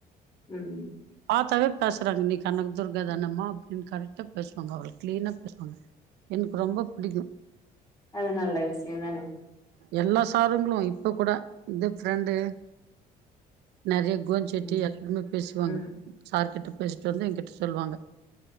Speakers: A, on the left (about 20°); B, on the right (about 80°).
A: ம்
B: பாத்தாவே பேசுறாங்க நீ கனக்கு துர்கா தானமா அப்டின்னு கரட்டா பேசுவாங்க அவளோ கிளீனா பேசுவாங்க எனக்கு ரொம்ப பிடிக்கு
A: அது நல்ல விஷயோ தானே
B: எல்லா சாருங்களு இப்ப கூட இந்த பிரெண்டு நெறைய <unintelligible> சட்டி
A: ம்
B: எல்லாருமே பேசுவாங்க
A: ம்
B: சார் கிட்ட பேசிட்டு வந்து எங்கிட்ட சொல்லுவாங்க